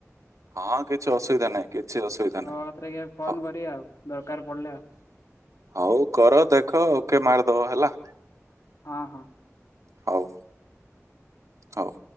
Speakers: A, on the right (about 80°); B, on the left (about 80°).
A: ହଁ। ହଁ କିଛି ଅସୁବିଧା ନାହିଁ। କିଛି ଅସୁବିଧା
B: ଆଉ
A: ନାହିଁ।
B: ଆଉଥରେ
A: <inaudible>
B: ଫୋନ
A: ହଁ
B: କରିବି ଆଉ ଦରକାର ପଡିଲେ ଆଉ
A: ହଉ କର ଦେଖ ଓକେ ମାରିଦବ ହେଲା।
B: ହଁ। ହଁ।
A: ହଉ <inaudible> ହଉ।